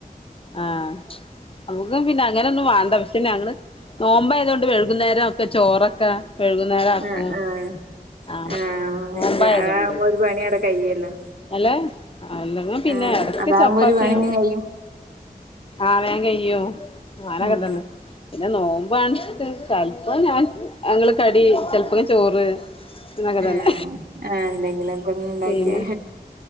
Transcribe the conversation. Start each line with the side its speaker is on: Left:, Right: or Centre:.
Left: ആ നമുക്ക് പിന്നെ അങ്ങനെ ഒന്നും വാണ്ട പക്ഷേ ഞങ്ങള് നോമ്പ ആയതൊണ്ട് വെകുന്നേരം ഒക്കെ ചോറൊക്കെ വെഴുകുന്നേരം ആക്കും
Right: ആഹ് ആഹ്
Left: ആഹ
Right: ആഹ്
Left: മോമ്പായതൊണ്ട്
Right: അതാകുമ്പോ ഒരു പണി അവിടെ കഴിയല്ലോ
Left: അല്ലെ അല്ലങ്ങ പിന്നെ
Right: ആഹ്
Left: ഇടക്ക്
Right: അതാകുമ്പോ
Left: ചപ്പാത്തിയൊ
Right: ഒരു പണിയും കഴിയും
Left: അവേ കയ്യോ ആരക്ക
Right: ഉം
Left: തന്നെ പിന്നെ നോമ്പാണ് ചെൽപോ ഞാൻ അങ്ങള് കടി ചെൽപ്പങ്കി ചോറ് എന്നൊക്കെ
Right: ഉം
Left: തന്നെ
Right: ആ എന്തെങ്കിലും ഒക്കെ ഒന്ന ഇണ്ടാക്കിയ
Left: പിന്നെ